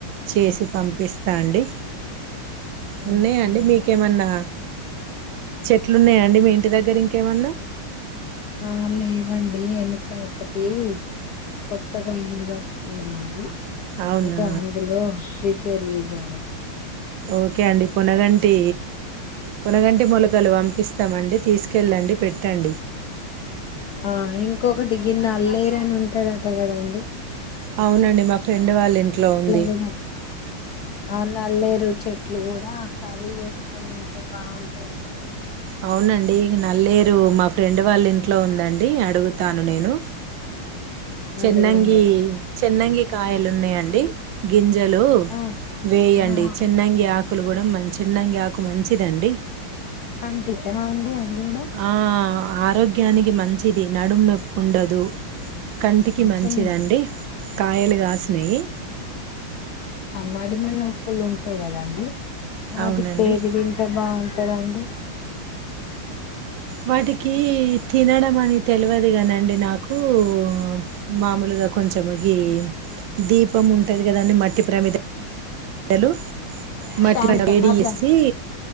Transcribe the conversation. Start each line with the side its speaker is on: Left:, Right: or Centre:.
Right: చేసి పంపిస్తా అండి
Left: పంపియండి
Right: ఉన్నాయండి మీకేమన్నా చెట్లున్నాయాండి మీ ఇంటి దగ్గర ఇంకేమన్నా
Left: ఆ లేవండి వెనక ఒకటి కొత్తగా ఇల్లు కట్టుకున్నాము అండి
Right: అవునా
Left: అయితే అందులో ప్రీ పెరియలండి
Right: ఓకే అండి పునగంటి పునగంటి మూలకలు పంపిస్తామండి తీసుకెళ్ళండి పెట్టండి
Left: ఆ ఇంకొకటి గిన్నె అల్లేరు అని ఉంటదట కదాండి
Right: అవునండి మా ఫ్రెండ్ వాళ్ళ ఇంట్లో ఉంది
Left: కూడా ఆ నల్లేరు చెట్లు కూడా కర్రీ వేసుకొని తింటే బాగుంటాయి అగ
Right: అవునండి నల్లేరు మా ఫ్రెండ్ వాళ్ళ ఇంట్లో ఉందండి అడుగుతాను నేను చెన్నంగి
Left: అడగండి
Right: చెన్నంగి కాయలు ఉన్నాయండి గింజలు
Left: ఆ
Right: వేయండి
Left: ఆ
Right: చెన్నంగి ఆ కొలు కూడా మంది చెన్నంగి ఆకు మంచిదండి
Left: కంటికా అండి అది కూడా
Right: ఆ ఆరోగ్యానికి మంచిది నడుము నొప్పి ఉండదు కంటికి మంచిదిండి
Left: చిన్న
Right: కాయలు కాసినయి
Left: మడిమలిప్పులు ఉంటాయి కదండి వాటిఅవి
Right: అవునండి
Left: తింటే బాగుంటుంది కద అండి
Right: వాటికి తినడం అని తెలియదుగా అండి నాకు ఊ మామూలుగా కొంచెం ఏ దీపం ఉంటుంది కదండి మట్టి ప్రమిద లు మట్టి
Left: శాంత
Right: వేడి
Left: మాట్లాడుకో
Right: వేసి